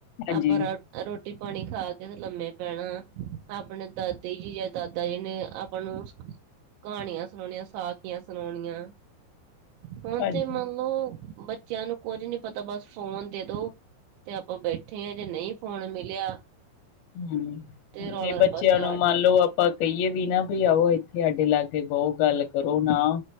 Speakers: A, on the left; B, on the right.
A: ਹਾਂਜੀ।
B: ਆਪਾਂ ਰੋਟੀ ਪਾਣੀ ਖਾ ਕੇ ਲੰਮੇ ਪੈਣਾ, ਆਪਣੇ ਦਾਦੀ ਜੀ ਜਾਂ ਦਾਦਾ ਜੀ ਨੇ ਆਪਾਂ ਨੂੰ ਕਹਾਣੀਆਂ ਸੁਣਾਉਣੀਆਂ ਸਾਖੀਆਂ। ਸੁਣਾਉਣੀਆਂ। ਹੁਣ
A: ਹਾਂਜੀ।
B: ਤੇ ਮੰਨਲੋ ਬੱਚਿਆਂ ਨੂੰ ਕੁੱਝ ਨਹੀ ਪਤਾ, ਬਸ ਫੋਨ ਦੇ ਦੋ। ਤੇ ਆਪਾਂ ਬੈਠੇ ਹਾਂ, ਜੇ ਨਹੀਂ ਫੋਨ ਮਿਲਿਆ
A: ਹਮ,
B: ਤੇ ਰੌਲਾ
A: ਇਹ ਬੱਚਿਆਂ
B: ਰੱਪਾ ਸਟਾਰਟ
A: ਨੂੰ ਮੰਨ ਲਓ ਆਪਾਂ ਕਹੀਏ ਵੀ ਨਾ ਵੀ ਆਓ ਇੱਥੇ ਸਾਡੇ ਲਾਗੇ ਬਹੋ ਗੱਲ ਕਰੋ ਨਾ